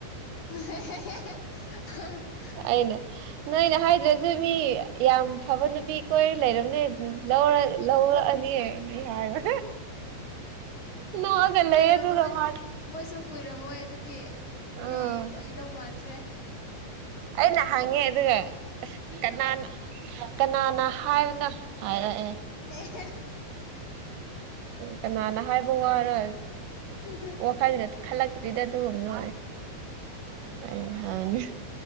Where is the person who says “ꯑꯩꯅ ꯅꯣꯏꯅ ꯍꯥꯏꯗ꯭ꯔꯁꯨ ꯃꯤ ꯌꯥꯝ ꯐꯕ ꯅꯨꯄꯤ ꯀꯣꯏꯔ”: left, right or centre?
Right